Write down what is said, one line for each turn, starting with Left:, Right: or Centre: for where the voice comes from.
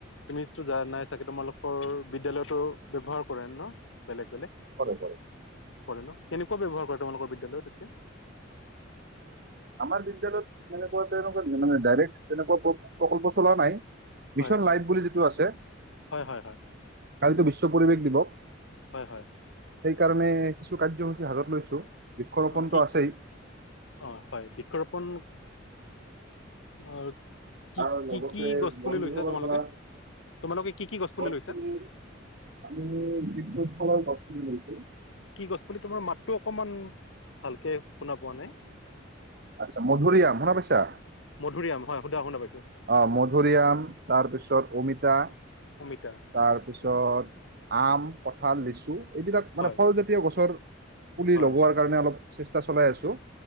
Left: তুমি টো জানাই চাগে তোমালোকৰ বিদ্যালয়তো ব্যৱহাৰ কৰে ন বেলেগ বেলেগ?
Right: কৰে কৰে
Left: কৰে ন? কেনেকুৱা ব্যৱহাৰ কৰে তোমালোকৰ বিদ্যালয়ত এতিয়া?
Right: আমাৰ বিদ্যালয়ত তেনেকুৱা, তেনেকুৱা মানে ডাইৰেক্ট তেনেকুৱা প্ৰকল্প চলোৱা নাই।
Left: হয়
Right: মিছন লাইফ বুলি যি টো আছে।
Left: হয় হয় হয়
Right: কালিতো বিশ্ব পৰিৱেশ দিৱস।
Left: হয় হয়
Right: সেইকাৰণে কিছু কাৰ্যসূচী হাতত লৈছোঁ। বৃক্ষৰোপণটো
Left: অ কি
Right: আছেই।
Left: অ হয় বৃক্ষৰোপণ, অ' কি
Right: আৰু
Left: কি
Right: লগতে
Left: কি গছ পুলি
Right: বন
Left: লৈছা
Right: বিভাগৰ
Left: তোমালোকে
Right: পৰা,
Left: তোমালোকে কি কি গছ পুলি
Right: গছপুলি
Left: লৈছা
Right: আমি বিশুৎ ফলৰ গছ লৈছে
Left: কি গছপুলি তোমাৰ মাতটো অকমান, ভালকে কে শুনা পোৱা নাই?
Right: আচ্ছা মধুৰিআম শুনা পাইছা?
Left: মধুৰিআম হয় সুধা শুনা পাইছো
Right: অ' মধুৰিআম, তাৰপিছত অমিতা,
Left: অমিতা
Right: তাৰপিছত আম, কঁঠাল, লিচু এইবিলাক মানে
Left: হয়
Right: ফলজাতীয় গছৰ পুলি
Left: হয়
Right: লগোৱাৰ কাৰণে অলপ চেষ্টা চলাই আছোঁ।